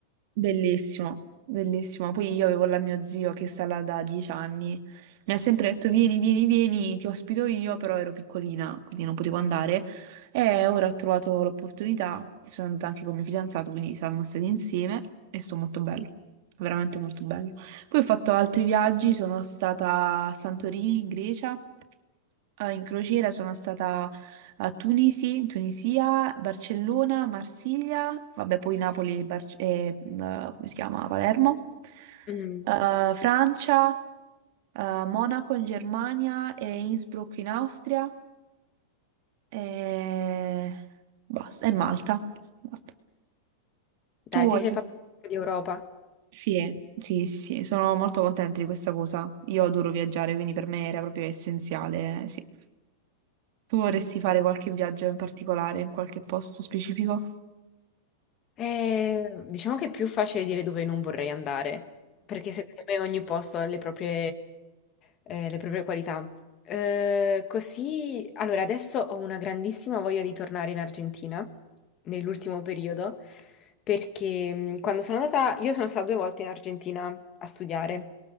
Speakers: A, on the right; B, on the left.
A: Bellissimo, bellissimo. Poi io avevo la mio zio che sta là da dieci anni. Mi ha sempre detto: Vieni, vieni, vieni, ti ospito io, però ero piccolina, quindi non potevo andare. E ora ho trovato l'opportunità. Sono andata anche con mio fidanzato, quindi siamo stati insieme e sto molto bello, veramente molto bello. Poi ho fatto altri viaggi, sono stata a Santorini, in Grecia, eh, in crociera, sono stata a Tunisi, in Tunisia, Barcellona, Marsiglia, vabbè, poi Napoli Barc- e, mm, eh, come si chiama? Palermo,
B: Mm.
A: Eh, Francia, eh, Monaco in Germania e Innsbruck in Austria e basta, e Malta. Malta.
B: Dai,
A: Tu
B: ti
A: hai
B: sei
A: fatto-
B: fatto un po' di Europa.
A: Sì, sì, sì, sono molto contenta di questa cosa. Io adoro viaggiare, quindi per me era proprio essenziale, eh, sì. Tu vorresti fare qualche viaggio in particolare, in qualche posto specifico?
B: Eh, diciamo che è più facile dire dove non vorrei andare, perché secondo me ogni posto ha le proprie, eh, le proprie qualità. Eh, così, allora, adesso ho una grandissima voglia di tornare in Argentina, nell'ultimo periodo, perché mm, quando sono andata, io sono stata due volte in Argentina a studiare.